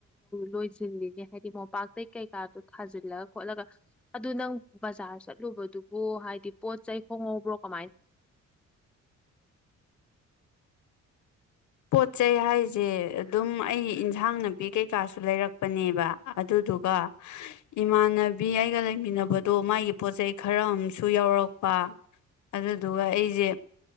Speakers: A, in the centre; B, on the left (about 70°).
A: ꯂꯣꯏꯁꯤꯜꯂꯤꯅꯦ ꯍꯥꯏꯗꯤ ꯃꯣꯝꯄꯥꯛꯇꯩ ꯀꯩꯀꯥꯗꯣ ꯊꯥꯖꯤꯜꯂꯒ ꯈꯣꯠꯂꯒ ꯑꯗꯨ ꯅꯪ ꯕꯖꯥꯔ ꯆꯠꯂꯨꯕꯗꯨꯕꯨ ꯍꯥꯏꯗꯤ ꯄꯣꯠ ꯆꯩ ꯈꯣꯡꯍꯧꯕ꯭ꯔꯣ ꯀꯃꯥꯏ
B: ꯄꯣꯠ ꯆꯩꯩ ꯍꯥꯏꯁꯦ ꯑꯗꯨꯝ ꯑꯩꯒꯤ ꯏꯟꯁꯥꯡ ꯅꯥꯕꯤ ꯀꯩꯀꯥꯁꯨ ꯂꯩꯔꯛꯄꯅꯦꯕ ꯑꯗꯨꯗꯨꯒ ꯏꯃꯥꯟꯅꯕꯤ ꯑꯩꯒ ꯂꯩꯃꯤꯟꯅꯕꯗꯣ ꯃꯥꯒꯤ ꯄꯣꯠꯆꯩ ꯈꯔ ꯑꯃꯁꯝꯨ ꯌꯥꯎꯔꯛꯄ ꯑꯗꯨꯗꯨꯒ ꯑꯩꯁꯦ